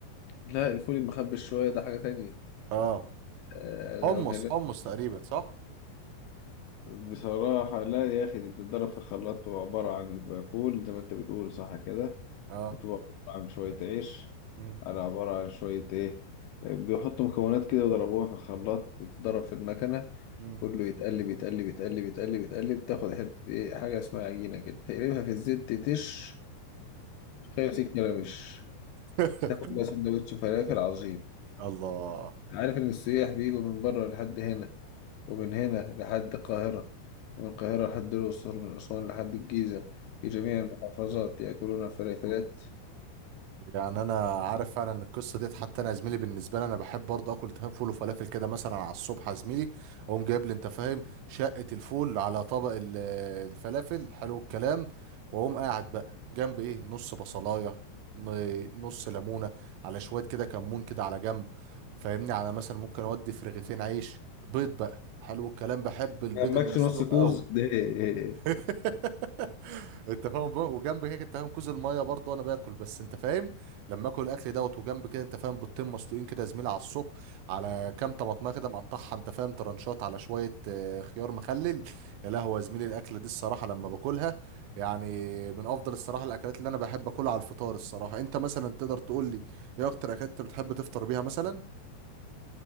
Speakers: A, on the left; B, on the right.
A: لا الفول المخبي شوية ده حاجة تانية
B: اه
A: آه،
B: حمص
A: أنا بكلمك
B: حمص تقريبا صح
A: بصراحة لا يا أخي دي بتتضرب في خلاط بتبقى عبارة عن فول زي ما أنت بتقول صح كده
B: اه
A: بتبقى عبارة عن شوية عيش
B: مم.
A: على عبارة عن شوية إيه بيحطوا مكونات كده وضربوها في الخلاط تتضرب في المكنة
B: مم.
A: كله يتقلب يتقلب يتقلب يتقلب يتقلب تاخد حتة إيه حاجة اسمها عجينة كده تقلبها في الزيت تتش شايف سيك ملامش
B: <laughs>
A: تاكل بقى سندوتش فلافل عظيم
B: الله
A: عارف إن السياح بيجوا من بره لحد هنا ومن هنا لحد القاهرة ومن القاهرة لحد الأقصر من أسوان لحد الجيزة في جميع المحافظات يأكلون فلافلات
B: يعني انا عارف فعلا إن القصه ديت حتى انا يا زميلي بالنسبه لي انا بحب برضه اكل تفاهم فول وفلافل كده مثلا على الصبح يا زميلي اقوم جايب لي انت فاهم شقه الفول على طبق ال- الفلافل حلو الكلام واقوم قاعد بقى جنب ايه نص بصلايه ن- نص ليمونه على شويه كده كمون كده على جنب فاهمني على مثلا ممكن اودي في رغيفين عيش بيض بقى حلو الكلام بحب البيض
A: جنبكش
B: المسلوق
A: نص كوز
B: قوي
A: ده إيه؟
B: <laughs> انت فاهم بقى؟ وجنب كده انت فاهم كوز الميه برضه وانا باكل بس انت فاهم لما اكل الاكل دوت وجنب كده انت فاهم بيضتين مسلوقين كده يا زميلي على الصبح على كام طماطميه كده مقطعها انت فاهم ترنشات على شويه آه، خيار مخلل يا لهوي يا زميلي الاكله دي الصراحه لما باكلها يعني من افضل الصراحه الاكلات اللي انا بحب اكلها على الفطار الصراحه انت مثلا تقدر تقول لي ايه اكتر اكلات انت بتحب تفطر بيها مثلا